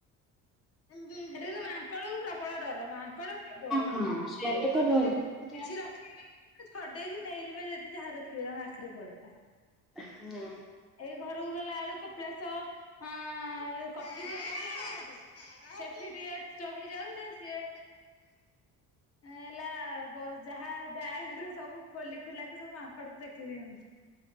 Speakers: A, on the left; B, in the centre.
A: ସେଠି କିନ୍ତୁ ମାଙ୍କଡ଼ କୁ ପ୍ର ବଳ ଡର ମାଙ୍କଡ ପ୍ରବଳ ମା
B: ହଁ
A: <unintelligible>
B: ସେଠି ତ ଭୋଗ ହଁ
A: କିଛି ରଖି <unintelligible> ଛଡେଇକି ନେଇଯିବେ ଯଦି ଯାହା ଦେଖିବେ ତାଙ୍କ ଆଖିରେ ପଡିଲା।
B: ହୁଁ।
A: ଏଇ ଘରକୁ ଗଲା ଆଳୁ କପିଳାସ ଅ କଫି ଡିଅ ମଉସା ନୁଅକି ସେଠି ଟିକେ ଚହିଯାଉଚ ସେ ଏଲା ବ ଯାହା ବ୍ୟାଗ ରେ ସବୁ ଖୋଲି ଖୁଲା କିି ସବୁ ମାଙ୍କଡ ଟେକି ଦିଅନ୍ତି।